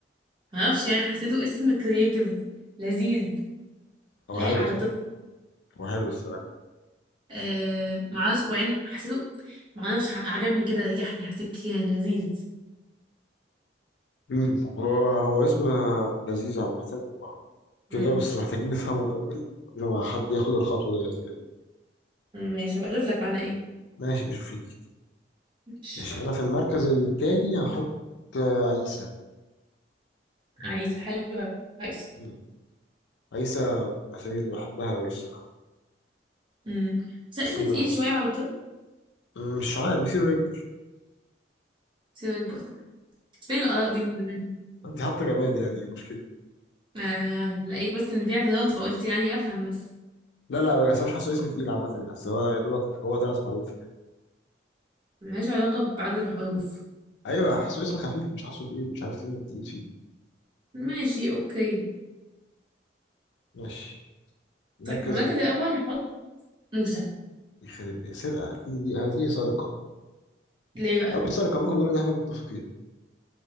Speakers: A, on the right; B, on the left.
A: معرفش يعني حسيته اسم كرييتيف لذيذ
B: هو
A: لايق
B: حلو
A: على
B: الصراحه
A: طفل
B: هو حلو الصراحه
A: آه معرفش وبعدين حسيته معرفش ع- عجبني كده ريحني حسيت كيان لذيذ
B: امم هو هو اسم آه، لذيذ عامه و- كده
A: امم
B: بس محتاجين نفهمه الاول قبل ما حد ياخد الخطوه ديت يعني
A: ماشي هبقى اشوف لك معناه ايه
B: ماشي بشوف لي كده
A: مش
B: ماشي انا في المركز التاني هحط آه، عيسى
A: عايز حلو كويس
B: مم. عيسى من الأسامي اللي بحبها أوي الصراحة
A: امم بس اسم
B: اسم
A: تقيل شوية على طفل
B: أه، مش عارف بيصير رجل
A: سيبك برضه فين الآراء دي من زمان
B: انت حتى جماد يعني ايه المشكلة
A: آه لقيت بس ان في اعتراض فقلت يعني افهم بس
B: لا لا بس أنا مش حاسه اسم تقيل عامة يعني بس هو يا دوبك هو ثلاث حروف يعني
A: ملهاش علاقة بعدد الحروف
B: ايوه حاسه اسم خفيف مش حاسه تقيل مش عارف فين التقيل فيه
A: ماشي اوكي
B: ماشي مركز
A: طيب المركز
B: ال-
A: الاول هحط موسى
B: يخرب سرقة دي دي دي سرقة
A: ليه بقى
B: أو مش سرقة ممكن نقول إن إحنا متفقين